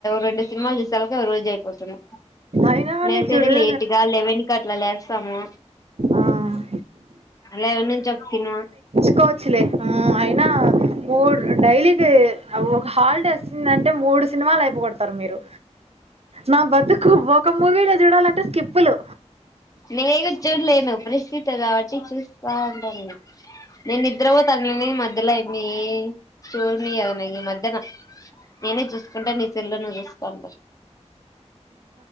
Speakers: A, on the left (about 30°); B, on the right (about 60°).
A: రెండు సినిమాలు చూసాక ఒక రోజు అయిపోతుంది
B: అయినా కానీ
A: లేసేది
B: చూడు
A: లేట్గా లెవెన్ కి అట్లా లేస్తాము
B: ఆ
A: లెవెన్ నుంచి తిన్ను
B: తీకోవచ్చులే అయినా మూడు డైలీకి ఒక హాలిడే వచ్చిందంటే మూడు సినిమాలు అయిపో కొడతారు మీరు నా బతుకు ఒక మూవీలో చూడాలంటే కిప్పులు
A: నేనే కూడా చూడలేను పరిస్థితి కాబట్టి చూస్తా ఉంటారు నేను నిద్ద్ర పో తనులిని మధ్యలో ఇమి చూడని అవన ఈ మధ్యన నేనే చూసుకుంటా నీ చెల్లోను చూసుకోం